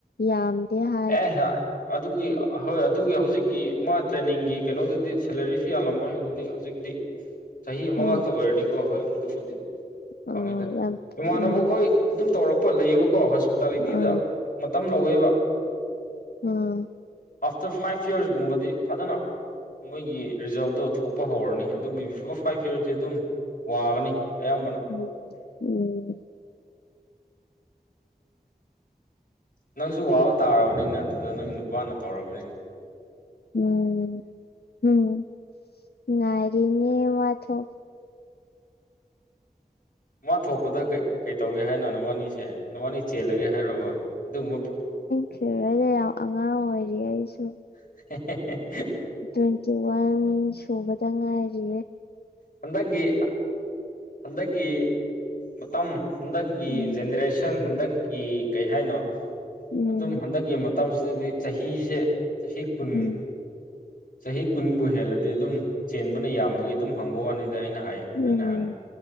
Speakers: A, on the left; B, on the left.
A: ꯌꯥꯝꯗꯦ ꯍꯥꯏ
B: ꯑꯦ ꯑꯗꯨꯒꯤ ꯍꯣꯏ ꯑꯗꯨꯒꯤ ꯍꯧꯖꯤꯛꯀꯤ ꯃꯥ ꯇ꯭ꯔꯦꯅꯤꯡꯒꯤ ꯀꯩꯅꯣꯗꯨꯗꯤ ꯁꯦꯂꯔꯤꯁꯨ ꯌꯥꯝꯜꯂꯝꯃꯣꯏ ꯑꯗꯨꯗꯤ ꯍꯧꯖꯤꯛꯇꯤ ꯆꯍꯤ ꯑꯃ
A: ꯑꯣ
B: ꯉꯥꯛꯇ ꯑꯣꯏꯔꯗꯤꯀꯣ ꯍꯣꯏ ꯑꯗꯨꯕꯨꯗꯤ
A: ꯑꯣ
B: ꯈꯪꯉꯤꯗ
A: ꯌꯥꯝ
B: ꯏꯃꯥꯟꯅꯕꯈꯣꯏ
A: ꯎꯝ
B: ꯑꯗꯨꯝ ꯇꯧꯔꯛꯄ ꯂꯩꯌꯦꯕꯀꯣ ꯍꯣꯁꯄꯤꯇꯥꯂꯤꯇꯤꯗ
A: ꯑ
B: ꯃꯇꯝ ꯂꯧꯋꯦꯕ
A: ꯎꯝ
B: ꯑꯥꯐꯇꯔ ꯐꯥꯏꯚ ꯌꯌꯥꯔꯁꯀꯨꯝꯕꯗꯤ ꯐꯖꯅ ꯃꯣꯏꯒꯤ ꯔꯤꯖꯜꯗꯣ ꯊꯣꯛꯄ ꯍꯧꯔꯅꯤ ꯑꯗꯨꯒꯤ ꯐ ꯐꯥꯏ ꯐꯤꯔꯁꯦ ꯑꯗꯨꯝ ꯋꯥꯒꯅꯤ ꯑꯌꯥꯝꯕꯅ
A: ꯎꯝ ꯎꯝ
B: ꯅꯪꯁꯨ ꯋꯥꯕ ꯇꯥꯔꯕꯅꯤꯅ ꯑꯗꯨꯗ ꯅꯪ ꯅꯨꯄꯥꯅ ꯇꯧꯔꯕꯅꯤꯅ
A: ꯎꯝ ꯎꯝ ꯉꯔꯤꯅꯤ ꯋꯥꯊ
B: ꯃꯥ ꯊꯣꯛꯄꯗꯩ ꯀꯩ ꯇꯧꯒꯦ ꯍꯥꯏꯅꯣ ꯅꯋꯥꯅꯤꯁꯦ ꯅꯋꯥꯅꯤ ꯆꯦꯜꯂꯒꯦ ꯍꯥꯏꯔꯔꯕ ꯑꯗꯨꯒꯨꯝꯕ
A: ꯊꯤꯔꯣꯏꯗ ꯌꯥꯝ ꯑꯉꯥꯡ ꯑꯣꯏꯔꯤ ꯑꯩꯁꯨ
B: <inaudible>
A: ꯇ꯭ꯋꯦꯟꯇꯤ ꯋꯥꯟ ꯁꯨꯕꯗ ꯉꯥꯏꯔꯤꯌꯦ
B: ꯍꯟꯗꯛꯀꯤ ꯍꯟꯗꯛꯀꯤ ꯃꯇꯝ ꯍꯟꯗꯛꯀꯤ
A: ꯎꯝ
B: ꯖꯦꯅꯦꯔꯦꯁꯟ ꯍꯟꯗꯛꯀꯤ ꯀꯩ ꯍꯥꯏꯅꯣ
A: ꯎꯝ
B: ꯑꯗꯨꯝ ꯍꯟꯗꯛꯀꯤ ꯃꯇꯝꯁꯤꯗꯗꯤ ꯆꯍꯤꯁꯦ ꯆꯍꯤ ꯀꯨꯟ
A: ꯎꯝ
B: ꯆꯍꯤ ꯀꯨꯟꯕꯨ ꯍꯦꯜꯂꯗꯤ ꯑꯗꯨꯝ ꯆꯦꯟꯕꯅ ꯌꯥꯝꯕꯒꯤ ꯑꯗꯨꯝ ꯍꯪꯕ ꯋꯥꯅꯤꯗ ꯑꯩꯅ ꯍꯥꯏ
A: ꯎꯝ
B: ꯑꯩꯅ ꯍꯪ